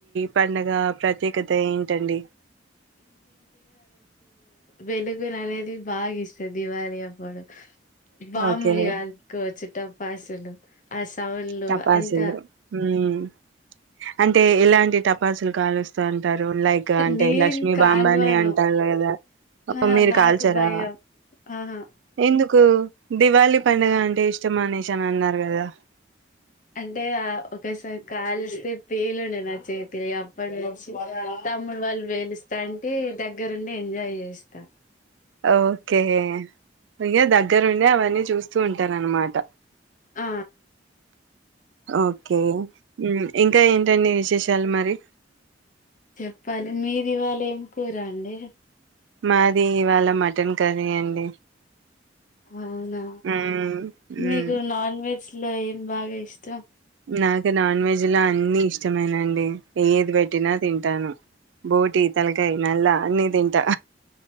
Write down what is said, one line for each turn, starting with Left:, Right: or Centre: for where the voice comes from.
Right: పండగ ప్రత్యేకత ఏంటండి
Left: వెలుగు ననేది బాగా ఇస్తుంది దివాళి అప్పుడు బాంబులు
Right: ఓకే.
Left: కాల్చుకోవచ్చు టపాసులు అస్ టవన్లు
Right: టపాసులు.
Left: అంత
Right: హ్మ్. అంటే ఎలాంటి తపాసులు కాలుస్తా అంటారు లైక్ అంటే
Left: నేను
Right: లక్ష్మీ
Left: కాల్వను
Right: బాంబు అంటారు కదా
Left: ఆహా
Right: మీరు
Left: నాకు
Right: కాల్చరా
Left: భయం ఆహా
Right: ఎందుకు దివాళి పండుగ అంటే ఇష్టం అనేసి ష అన్నారు కదా
Left: అంటే ఆ ఒకసారి కాల్స్తే పేలుండే నా చేతి అప్పటి నుంచి తమ్ముడు వాళ్ళు పేలుస్త తంటి దగ్గరుండి ఎంజాయ్ చేస్తా
Right: ఓకే ఇయ దగ్గర ఉండే అవన్నీ చూస్తూ ఉంటా అన్నమాట
Left: ఆ
Right: ఓకే ఇంకా ఏంటండి వి శాలు మరి
Left: చెప్పాలి మీది ఇవాళ ఏం కూరండి
Right: మాది ఇవాళ మటన్ కర్రీ అండి
Left: అవునా
Right: మ్
Left: మీకు
Right: మ్
Left: నాన్ వెజ్ లో ఏం బాగా ఇష్టం
Right: నాకు నాన్ వెజ్ లో అన్ని ఇష్టమైనండి ఏది పెట్టినా తింటాను బోటి తలకాయ నల్ల అన్ని తింటా